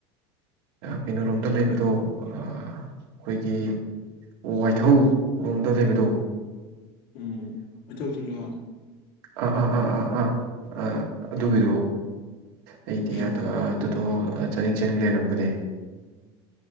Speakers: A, on the right; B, on the left.
A: ꯀꯩꯅꯣꯔꯣꯝꯗ ꯂꯩꯕꯗꯣ ꯑꯩꯈꯣꯏꯒꯤ ꯋꯥꯏꯊꯧꯔꯣꯝꯗ ꯂꯩꯕꯗꯣ
B: ꯎꯝ ꯃꯊꯧꯁꯤꯡꯉꯣ
A: ꯎꯝ ꯎꯝ ꯎꯝ ꯎꯝ ꯎꯝ ꯑꯗꯨꯒꯤꯗꯣ
B: ꯑꯥ
A: ꯑꯩꯗꯤ
B: ꯎꯝ
A: ꯑꯗꯨꯗꯣ ꯆꯥꯅꯤꯡ ꯆꯥꯅꯤꯡ ꯂꯩꯔꯝꯕꯅꯦ